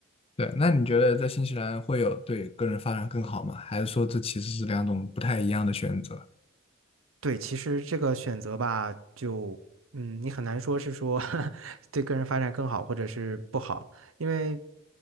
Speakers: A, on the left; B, on the right.
A: 对，那你觉得在新西兰会有对个人发展更好吗？还是说这其实是两种不太一样的选择？
B: 对，其实这个选择吧，就嗯，你很难说是说 <laughs> 对个人发展更好，或者是不好，因为